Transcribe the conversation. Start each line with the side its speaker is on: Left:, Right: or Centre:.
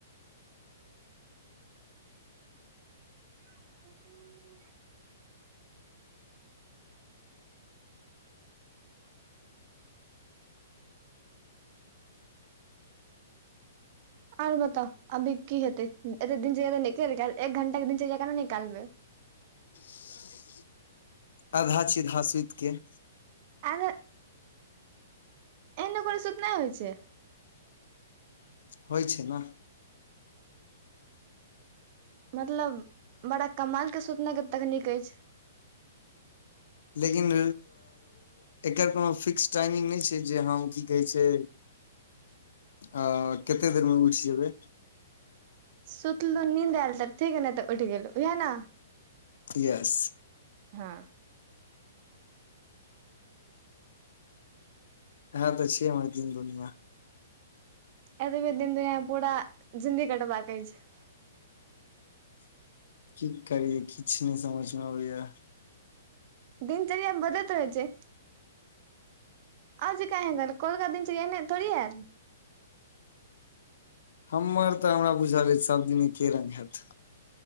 Right: <inaudible> आरो बताउ अभी कि हेतै एते दिनचर्या तअ निकैल गैल एक घंटाके दिनचर्या केना निकालबे
Left: <inaudible> आधा छिदहा सुइतके
Right: आधा एनो कोनो सूध नहि होइ छै
Left: होइ छै ने
Right: मतलब बड़ा कमालके सुतनेके तकनीक अछि
Left: लेकिन एकर कोनो फिक्स टाइमिंग नहि छै जे हँ की कहैत छै हँ कतेक देरमे उठ जेबै
Right: सुतलू नींद आएल तऽ ठीक ह नहि तऽ उठी गेललो हएह ने
Left: यैस
Right: हँ
Left: हँं तऽ छिहै हमर दीन दुनिया
Right: एतबे दिन दु पूरा जिन्दी कटबाककै छै
Left: की करीयै किछ नहि समझ मे अबैया
Right: दिनचर्या बदलैत रहै छै अजी क ह कोलका दिनचर्या च एने थोड़ी ययार
Left: हमर तऽ हमरा बुझल अछि सभदिने एके रंग हेत